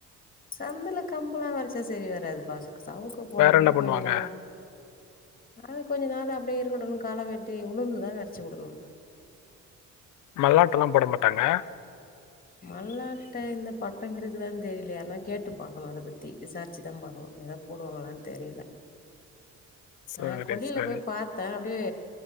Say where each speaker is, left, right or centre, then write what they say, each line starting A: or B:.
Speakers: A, on the left (about 30°); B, on the left (about 80°).
A: சந்துல கம்புலா வெதச்சா சரி வராதுபா சவுக்கு போடணுனா
B: வேற என்ன பண்ணுவாங்க?
A: கொஞ்ச நாள் அது கொஞ்ச நாள் அப்டியே உடணு கள வெட்டி உளுந்துதா வெதச்சுடணு
B: மல்லாட்டல்ல போட மாட்டாங்க
A: மல்லாட்ட இந்த பட்ட இருக்குதானு தெரிலியே யாரனா கேட்டு பாக்கணு இத பத்தி விசாரிச்சுதா பாக்கணு ப்ப எதோ போடுவாங்களானு தெரில
B: சரி,
A: ஆ கொளில
B: சரி.
A: போய் பாத்தே அப்டியே